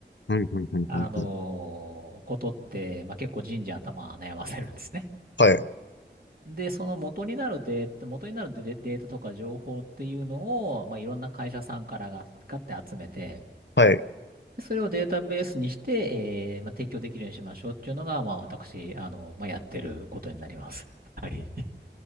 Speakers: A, on the left; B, on the right.
A: うんうんうんうんうん
B: あのことって、まあ、結構人事頭悩ませるんですね。
A: はい、
B: で、その元になるデータ、元になるデデータとか情報っていうのを、まあ、いろんな会社さんからが、買って集めて、
A: はい。
B: それをデータベースにして、えーまあ、提供できるようにしましょうっていうのが、まあ、私、あの、まあ、やってることになります。<laughs> はい。<laughs>